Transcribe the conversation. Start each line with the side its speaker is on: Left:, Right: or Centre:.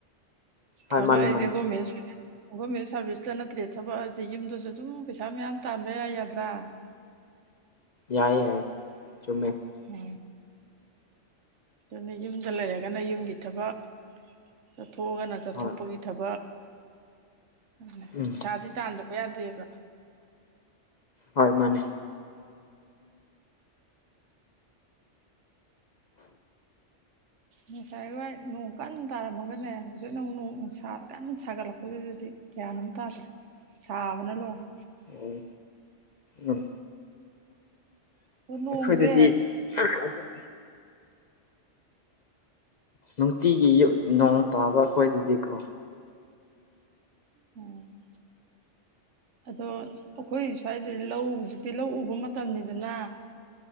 Left: ꯍꯣꯏ
Right: ꯊꯕꯛ
Left: ꯃꯥꯅꯦ
Right: ꯍꯥꯏꯖꯦ
Left: ꯃꯥꯅꯦ
Right: ꯒ꯭ꯔꯣꯃꯦꯟ ꯁꯥ꯭ꯔꯚꯤꯁ ꯒꯣ꯭ꯔꯃꯦꯟ ꯁꯥ꯭ꯔꯚꯤꯁꯇ ꯅꯠꯇ꯭ꯔꯦ ꯊꯕꯛꯑꯖꯦ ꯌꯨꯝꯗꯁꯨ ꯑꯗꯨꯝ ꯄꯩꯁꯥ ꯃꯌꯥꯝ ꯇꯥꯟꯕ ꯌꯥꯏ ꯌꯗ꯭ꯔꯥ
Left: ꯌꯥꯏ- ꯌꯥꯏ ꯆꯨꯝꯃꯦ
Right: ꯍꯝ ꯑꯗꯨꯅ‌ꯦ ꯌꯨꯝꯗ ꯂꯩꯔꯒꯅ ꯌꯨꯝꯒꯤ ꯊꯕꯛ ꯆꯠꯊꯣꯛꯑꯒꯅ ꯆꯠꯊꯣꯛꯄꯒꯤ
Left: ꯍꯣꯏ
Right: ꯊꯕꯛ <inaudible>
Left: ꯎꯝ
Right: ꯄꯩꯁꯥꯗꯤ ꯇꯥꯟꯗꯕ ꯌꯥꯗꯦꯕ
Left: ꯍꯣꯏ ꯃꯥꯅꯦ
Right: ꯉꯁꯥꯏ ꯋꯥꯏ ꯅꯣꯡ ꯀꯟꯅ ꯇꯥꯔꯝꯃꯒꯅꯦ ꯍꯧꯖꯤꯛꯅ ꯃꯨꯛ ꯅꯣꯡ ꯅꯨꯡꯁꯥ ꯀꯟꯅ ꯁꯥꯒꯠꯂꯛꯄꯗꯨꯗꯗꯤ ꯒ꯭ꯌꯥꯟ ꯑꯝ ꯇꯥꯗ꯭ꯔꯦ ꯁꯥꯕꯅ ꯂꯣꯏꯔꯦ
Left: ꯑꯣ ꯎꯝ
Right: ꯑꯗꯣ ꯅꯣꯡꯁꯦ
Left: ꯑꯈꯣꯏꯗꯗꯤ ꯑꯗꯨꯝ ꯅꯨꯡꯇꯤꯒꯤ ꯌꯨꯛ ꯅꯣꯡ ꯇꯥꯕ ꯑꯈꯣꯏꯗꯗꯤꯀꯣ
Right: ꯎꯝ ꯑꯗꯣ ꯑꯈꯣꯏ ꯁ꯭ꯋꯥꯏꯗ ꯂꯧ ꯍꯧꯖꯤꯛꯇꯤ ꯂꯧ ꯎꯕ ꯃꯇꯝꯅꯤꯗꯅ